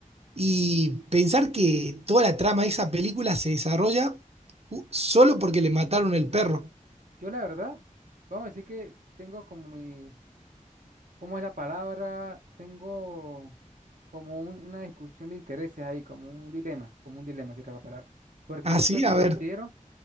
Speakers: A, on the right; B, on the right.
A: y pensar que toda la trama de esa película se desarrolla ju- solo porque le mataron el perro.
B: Yo la verdad, vamos a decir que tengo como mi, ¿cómo es la palabra? Tengo como un- una discusión de intereses ahí, como un dilema, como un dilema sería la palabra. Porque
A: Así,
B: yo sí
A: a
B: considero
A: ver.